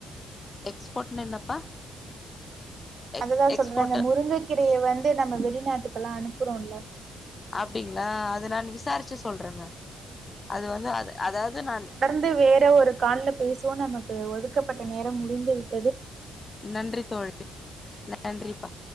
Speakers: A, on the left (about 25°); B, on the right (about 50°).
A: எக்ஸ்போர்ட்னா என்னப்பா எக்
B: அதுதா
A: எக்ஸ்போர்ட்டர்
B: சொல்ற அந்த முருங்கக்கீரைய வந்து நம்ம வெளிநாட்டுக்கல்லா அனுப்புறோல்ல
A: அப்டீங்ளா அது நா விசாரிச்சு சொல்றேங்க அது வந்து அது அதாவது நான்
B: வந்து வேற ஒரு கால்ல பேசுவோ நமக்கு ஒதுக்கப்பட்ட நேரம் முடிந்து விட்
A: நன்றி தோழி நன்றிப்பா